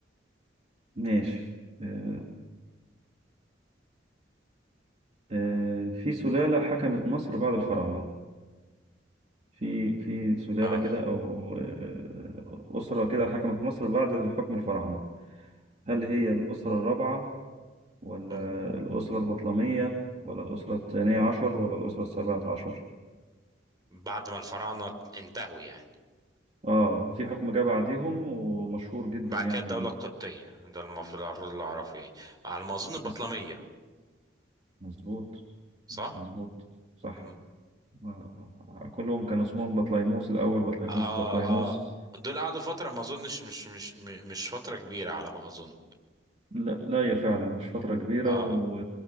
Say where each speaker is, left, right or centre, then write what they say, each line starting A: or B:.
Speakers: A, on the right; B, on the right.
A: ماشي آه، آه، في سلالة حكمت مصر بعد الفراعنة في في سلالة
B: اه
A: كده أو آه، أسرة كده حكمت مصر بعد حكم الفراعنة هل هي الأسرة الرابعة ولا
B: مم.
A: الأسرة البطلمية ولا الأسرة الثانية عشر ولا الأسرة السابعة عشر
B: بعد ما الفراعنة انتهوا يعني
A: آه في حكم جه بعديهم ومشهور جدا
B: بعد
A: يعني
B: كده الدولة القبطية ده المفروض المفروض اللي أعرفه يعني على ما أظن البطلمية
A: بس مظبوط
B: صح؟
A: مظبوط صح
B: مم.
A: آه، آه، كلهم كان اسمهم بطليموس الأول بطليموس
B: آه
A: بطليموس
B: آه دول قعدوا فترة ما أظنش مش مش م- مش فترة كبيرة على ما أظن
A: لا لا هي فعلا مش فترة كبيرة
B: آه
A: و...